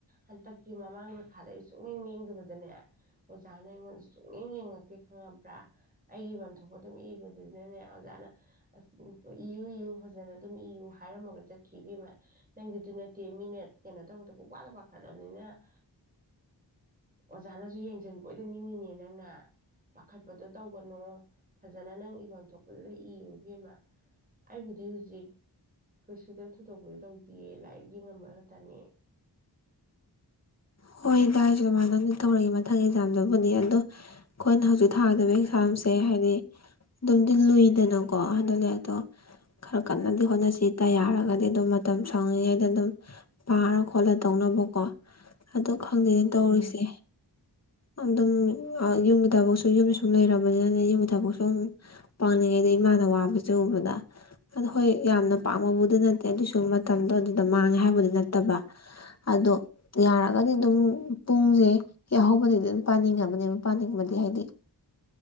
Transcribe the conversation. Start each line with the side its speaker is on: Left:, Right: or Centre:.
Right: ꯍꯟꯇꯛꯀꯤ ꯃꯃꯥꯡ ꯄꯩꯈꯥꯗ ꯑꯩ ꯁꯨꯡꯌꯦꯡ ꯌꯦꯡꯗꯕꯗꯅꯦ, ꯑꯣꯖꯥꯅ ꯑꯩꯉꯣꯟꯗ ꯁꯨꯡꯌꯦꯡ ꯌꯦꯡꯉꯛꯇꯦ ꯈꯪꯉꯕ꯭ꯔꯥ꯫ ꯑꯩꯒꯤ ꯏ ꯋꯥꯟ ꯊꯣꯛꯣꯛꯄ ꯑꯗꯨꯝ ꯏꯕ ꯑꯗꯨꯅꯅꯦ ꯑꫭꯖꯥꯅ ꯑꯁ ꯎꯟ ꯏꯌꯨ-ꯏꯌꯨ ꯐꯖꯅ ꯗꯨꯝ ꯏꯌꯨ꯫ ꯍꯥꯏꯔꯝꯃꯒ ꯆꯠꯈꯤ ꯏꯕꯦꯃ ꯅꯪꯗꯤꯗꯨ ꯅꯠꯇꯦ ꯃꯤꯅ ꯀꯩꯅꯣ ꯇꯧꯕꯗꯕꯨ ꯄꯥꯗ ꯄꯥ ꯍꯜꯂꯕꯅꯤꯅ <inaudible> ꯑꯣꯖꯥꯅꯁꯨ ꯌꯦꯡꯁꯤꯟꯕꯣꯏꯗ ꯅꯤꯡꯉꯤꯅꯦꯅ ꯅꯪꯅ ꯄꯥꯈꯠꯄꯗꯣ ꯇꯧꯒꯅꯣ ꯐꯖꯅ ꯅꯪ ꯏꯐꯝ ꯊꯣꯛꯄꯗꯨꯗ ꯏꯌꯣ ꯏꯕꯤꯃ꯫ ꯑꯩꯕꯨꯗꯤ ꯍꯧꯖꯤꯛ ꯀꯩꯁꯨꯗ ꯊꯣꯏꯗꯣꯛꯄꯗꯤ ꯇꯧ ꯇꯤꯌꯦ ꯂꯥꯏꯔꯤꯛ ꯌꯦꯡꯉꯝꯃꯕ ꯅꯠꯇꯅꯤ
Left: ꯍꯥꯏꯗ ꯑꯩꯖꯨ ꯗꯨꯃꯥꯏꯅ ꯇꯧꯔꯏ ꯃꯊꯪꯒꯤ ꯑꯦꯛꯖꯥꯝꯗꯨꯕꯨꯅꯤ ꯑꯗꯣ ꯑꯩꯈꯣꯏꯅ ꯍꯧꯖꯤꯛ ꯊꯥꯒꯗꯕ ꯑꯦꯛꯖꯥꯝꯁꯦ ꯍꯥꯏꯗꯤ ꯑꯗꯨꯝꯗꯤ ꯂꯨꯏꯗꯅꯀꯣ ꯍꯥꯏꯗ ꯂꯩꯦ ꯑꯗꯣ ꯈꯔ ꯀꯟꯅꯗꯤ ꯍꯣꯠꯅꯁꯤ ꯇ ꯌꯥꯔꯒꯗꯤ ꯑꯗꯨꯝ ꯃꯇꯝ ꯁꯪꯂꯤꯉꯩꯗ ꯑꯗꯨꯝ ꯄꯥꯔ ꯈꯣꯠꯂ ꯇꯧꯅꯕ ꯀꯣ ꯑꯗꯨ ꯈꯪꯗꯦꯅ ꯇꯧꯔꯤꯁꯦ
Right: ꯎꯝ
Left: ꯑꯗꯨꯝ ꯌꯨꯝꯒꯤ ꯊꯕꯛꯁꯨ ꯌꯨꯝ ꯁꯨꯝ ꯂꯩꯔꯕꯅꯤꯅꯅꯦ ꯌꯨꯝꯒꯤ ꯊꯕꯛꯁꯨ ꯑꯗꯨꯨꯝ ꯄꯥꯡꯅꯤꯡꯉꯩꯗ ꯏꯃꯥꯅ ꯋꯥꯕꯁꯦ ꯎꯕꯗ ꯑꯗꯣ ꯍꯣꯏ ꯌꯥꯝꯅ ꯄꯥꯡꯕꯕꯨꯗꯤ ꯅꯠꯇꯦ ꯑꯗꯨꯏꯁꯨ ꯃꯇꯝꯗꯣ ꯑꯗꯨꯗ ꯃꯥꯡꯉꯦ ꯍꯥꯏꯕꯗꯤ ꯅꯠꯇꯕ ꯑꯗꯣ ꯌꯥꯔꯒꯗꯤ ꯑꯗꯨꯝ ꯄꯨꯡꯁꯦ ꯌꯥꯍꯧꯕꯗꯒꯤꯗꯤ ꯑꯗꯨꯝ ꯄꯥꯅꯤꯡꯉꯕꯅꯦꯕ ꯄꯥꯅꯤꯡꯕꯅꯤ ꯍꯥꯏꯗꯤ